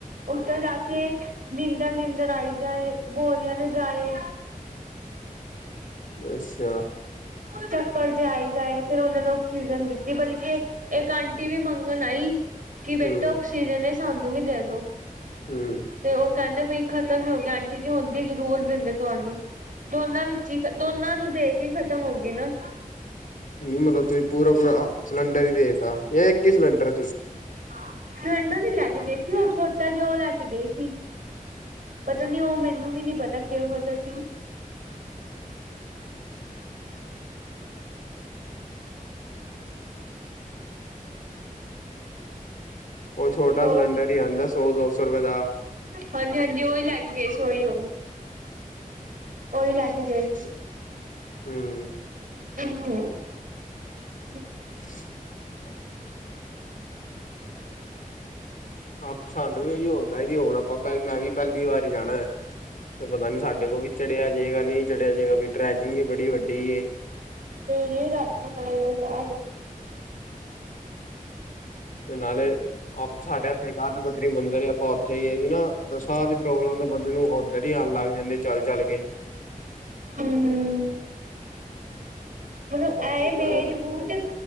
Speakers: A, on the right; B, on the left.
A: ਉੱਥੇ ਜਾ ਕੇ ਨੀਂਦਰ ਨੀਦਰ ਆਈ ਜਾਏ ਬੋਲਿਆ ਨਾ ਜਾਏ
B: ਅੱਛਾ
A: ਚੱਕਰ ਜੇ ਆਈ ਜਾਏ ਫੇਰ ਉਹਨਾਂ ਨੂੰ ਆਕਸੀਜਨ ਦਿੱਤੀ ਬਲਕਿ ਇੱਕ ਆਂਟੀ ਵੀ ਮੰਗਣ ਆਈ ਕਿ
B: ਹੂੰ
A: ਬੇਟਾ ਔਕਸੀਜਨ ਇਸ ਸਾਨੂੰ ਵੀ ਦੇ ਦੋ
B: ਹੂੰ
A: ਤੇ ਉਹ ਕਹਿੰਦੇ ਬਈ ਖਤਮ ਹੀ ਹੋ ਗਿਆ ਆਂਟੀ ਜੀ ਹੁੰਦੀ ਜ਼ਰੂਰ ਦਿੰਦੇ ਤੁਹਾਨੂੰ ਦੋਨਾਂ ਵਿੱਚ ਹੀ ਖਤਮ ਦੋਨਾਂ ਨੂੰ ਦੇ ਕੇ ਖਤਮ ਖਤਮ ਹੋਗੀ ਨਾ
B: ਨਹੀਂ ਮਤਲਬ ਤੁਸੀਂ ਪੂਰਾ ਪੂਰਾ ਚਲੰਨ ਵੀ ਦੇਤਾ ਇਹ ਇਕੀ ਸਲੰਡਰ
A: ਹਾਂ <unintelligible> ਮੈਨੂੰ ਨੀ ਲੈ ਕੇ ਗਏ ਸੀ ਉਹ ਛੋਟਾ ਜਿ ਉਹ ਲੈ ਕੇ ਗਏ ਸੀ ਪਤਾ ਨੀ ਉਹ ਮੈਨੂੰ ਵੀ ਨੀ ਪਤਾ ਕਿਹੋ ਜਿਹਾ ਸੀ
B: ਉਹ ਛੋਟਾ
A: ਹੋਰ
B: ਸਿਲੰਡਰ ਹੀ ਆਉਂਦਾ ਸੌ ਦੋ ਸੌ ਰੁਪਏ ਦਾ
A: ਹਾਂਜੀ ਹਾਂਜੀ ਉਹੀ ਲੈ ਕੇ ਗਏ ਸੀ ਓਹੀ ਓ ਉਹੀ ਲੈ ਕੇ ਗਏ ਸੀ
B: ਹਮ
A: ਹਮ
B: <unintelligible> ਹ ਸਾਨੂੰ ਵੀ ਇਹੀ ਹੁੰਦਾ ਜੀ ਹੁਣ ਆਪਾਂ ਪਹਿ ਮੈਂ ਵੀ ਪਹਿਲੀ ਵਾਰੀ ਜਾਣੈਂ ਤੇ ਪਤਾ ਨੀ ਸਾਡੇ ਕੋਲ ਵੀ ਚੜਿਆ ਜੇਗਾ ਨਹੀਂ ਚੜਿਆ ਜਏਗਾ ਵੀ ਟਰੈਕਿੰਗ ਵੀ ਬੜੀ ਵੱਡੀ ਏ
A: ਨਹੀਂ ਨਹੀਂ ਰਬ ਦਾ ਨਾਂ ਲੌ ਤੇ ਅਜਾਓ
B: ਤੇ ਨਾਲੇ ਆਪ ਸਾਡੇ ਇਥੇ ਕਾਧ ਬਦਰੀ ਮੰਦਿਰ ਹੈ ਆਪਾਂ ਉੱਥੇ ਹੀ ਸੀ ਨਾ ਸਾਹ ਦੀ ਪ੍ਰੋਬਲਮ ਬੰਦੇ ਨੂੰ ਓਧਰ ਹੀ ਆਉਣ ਲੱਗ ਜਾਂਦੀ ਏ ਚੱਲ ਚੱਲ ਕੇ
A: ਹਮ ਹਮ ਮਤਲਬ
B: ਬਾਕੀ
A: ਐਏ
B: ਚਲੋ
A: ਵੇਟ ਵੂਟ